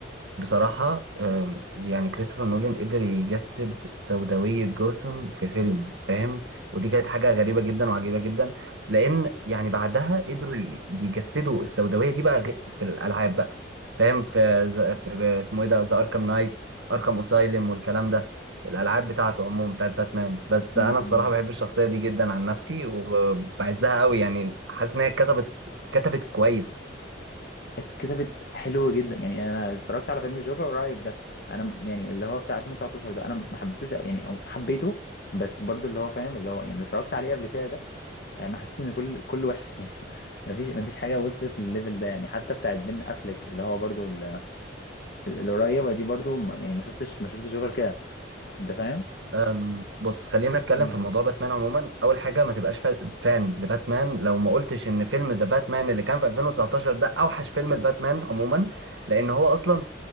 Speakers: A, on the right (about 75°); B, on the left (about 55°).
A: بصراحة آم، يعني كريستوفر نولان قدر يجسد سوداوية جوثام في فيلم فاهم ودي كانت حاجة غريبة جدا وعجيبة جدا لأن يعني بعدها قدروا ي- يجسدوا السوداوية دي بقى غ- في الألعاب بقى فاهم في, ز- في اسمه إيه ده ذا أركام نايت أركام أسايلم والكلام ده الألعاب بتاعته عموما بتاعت باتمان بس
B: امم
A: أنا بصراحة بحب الشخصية دي جدا عن نفسي وبعزها قوي يعني حاسس إن هي كتبت كتبت كويس
B: اتكتبت حلو جدا يعني انا اتفرجت على فيلم الجوكر قريب ده انا م- يعني اللي هو بتاع 2019 ده انا ما حبيتوش أوي، يعني أو حبيته بس برضو اللي هو فاهم اللي هو يعني اللي اتفرجت عليه قبل كده ده آه، ما حسيت ان كل كل وحش <laughs> يعني ما فيش ما فيش حاجه وصلت للليفل ده يعني حتى بتاعت بين افلك اللي هو برضو ال- ال- القريبه دي برضو ما- يعني ما شفتش ما شفتش جوكر كده انت فاهم
A: أم، بص خلينا نتكلم
B: <laughs>
A: في موضوع باتمان عموما اول حاجه ما تبقاش فا- فان لباتمان لو ما قلتش ان فيلم ذا باتمان اللي كان في 2019 ده اوحش فيلم لباتمان عموما لان هو اصلا